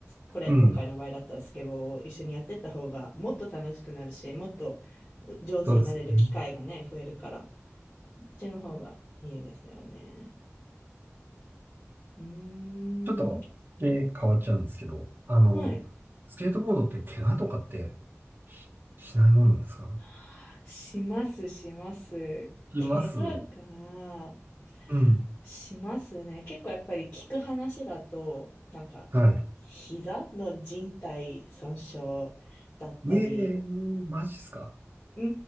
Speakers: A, on the left; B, on the right.
A: これ、
B: うん。
A: 今回の場合だったらスケボーを一緒にやってった方が、もっと楽しくなるし、もっとう上手になれる機会がね、
B: そうですよね。
A: 増えるから、そっちの方がいいですよね。うーん。
B: ちょっと、え、変わっちゃうんですけど、あの、
A: はい。
B: スケートボードって怪我とかってし、しないもんなんですか
A: <gasps> します、します。
B: します。
A: 怪我が、
B: うん。
A: しますね。結構やっぱり聞く話だと、なんか、
B: はい。
A: 膝の靭帯損傷だったり、
B: ええー、マジっすか。
A: うん、